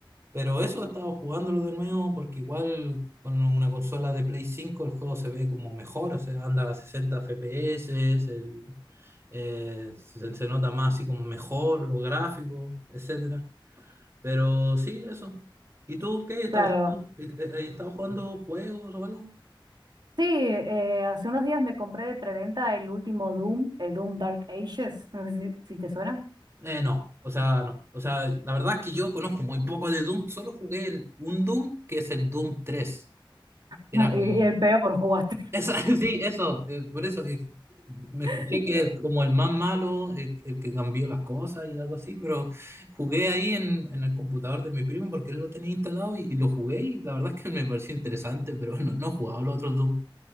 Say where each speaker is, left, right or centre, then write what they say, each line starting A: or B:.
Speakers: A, on the right (about 30°); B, on the right (about 55°).
A: Pero eso he estado jugándolo de nuevo porque igual con una consola de Play 5 el juego se ve como mejor, o sea, anda a 60 FPS, el, eh, se, se nota más así como mejor, los gráficos, etcétera. Pero sí, eso. ¿Y tú qué? ¿Estabas,
B: claro.
A: eh, eh, eh, estabas jugando juegos o algo?
B: Sí, eh, hace unos días me compré de preventa el último Doom, el Doom Dark Ages. No sé si, si te suena.
A: Eh, no, o sea, no. O sea, la verdad es que yo conozco muy poco de Doom. Solo jugué el, un Doom que es el Doom tres
B: <laughs>
A: Era
B: no,
A: como...
B: y, y el peor jugaste.
A: Esa, <laughs> sí, eso. eh, por eso eh, me escuché
B: <laughs>
A: que es como el más malo, el, el que cambió las cosas y algo así. Pero jugué ahí en, en el computador de mi primo porque él lo tenía instalado y, y lo jugué y la verdad es que me pareció interesante, pero <laughs> no, no he jugado los otros Doom.